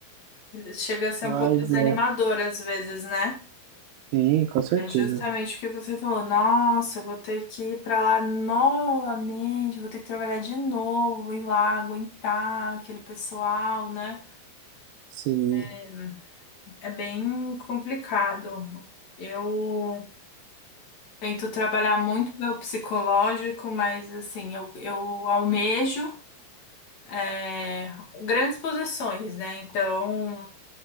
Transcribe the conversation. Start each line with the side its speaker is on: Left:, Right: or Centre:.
Left: Chega a ser
Right: Mas
Left: um pouco desanimador
Right: é.
Left: às vezes, né?
Right: Sim, com certeza.
Left: É justamente o que você falou. Nossa, eu vou ter que ir pra lá novamente, vou ter que trabalhar de novo, ir lá, aguentar aquele pessoal, né?
Right: Sim,
Left: É é bem complicado. Eu tento trabalhar muito meu psicológico, mas assim, eu, eu almejo é, grandes posições, né? Então,